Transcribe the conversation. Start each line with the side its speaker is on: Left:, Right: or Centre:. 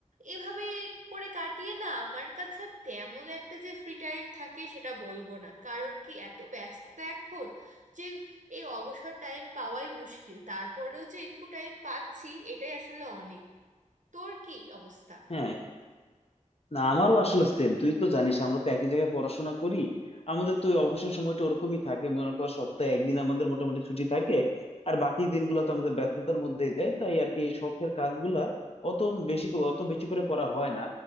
Right: এভাবে করে কাটিয়ে না আমার কাছে তেমন একটা যে ফ্রি টাইম থাকে সেটা বলবো না কারণ কি এত ব্যস্ততা এখন যে এই অবসর টাইম পাওয়াই মুশকিল তারপরেও যে এটুকু টাইম পাচ্ছি এটাই আসলে অনেক তোর কি অবস্থা
Left: হ্যাঁ না আমারও আসলে সেম তুই তো জানিস আমরা তো একই জায়গায় পড়াশোনা করি আমাদের তো ওই অবসর সময়টা ওরকমই থাকে মনে কর সপ্তাহে একদিন আমাদের মোটামুটি ছুটি থাকে আর বাকি দিনগুলো তো আমাদের ব্যস্ততার মধ্যেই যায় তাই আর কি শখের কাজগুলা অত বেশি ক- অত বেশি করে করা হয় না